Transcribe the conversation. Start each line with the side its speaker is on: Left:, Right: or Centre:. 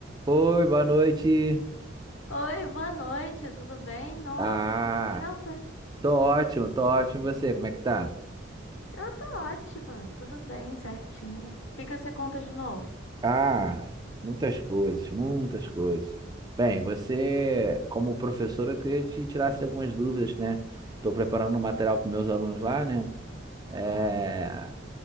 Right: Oi, boa noite.
Left: Oi, boa noite, tudo bem? Nossa,
Right: Ah,
Left: quanto tempo, hein?
Right: tô ótimo, tô ótimo. E você, como é que tá?
Left: Eu tô ótima, tudo bem, certinho. O que que você conta de novo?
Right: Ah, muitas coisas, muitas coisas. Bem, você, como professor, eu queria te tirar assim, algumas dúvidas, né? Tô preparando um material para meus alunos lá, né? É...
Left: Hum,